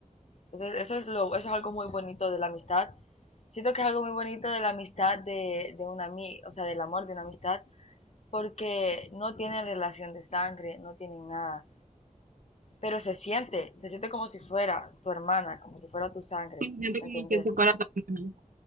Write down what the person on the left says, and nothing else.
Entonces, eso es lo, eso es algo muy bonito de la amistad. Siento que es algo muy bonito de la amistad de, de una ami- o sea, del amor de una amistad, porque no tienen relación de sangre, no tienen nada, pero se siente, se siente como si fuera tu hermana, como si fuera tu sangre,
¿me
entendés?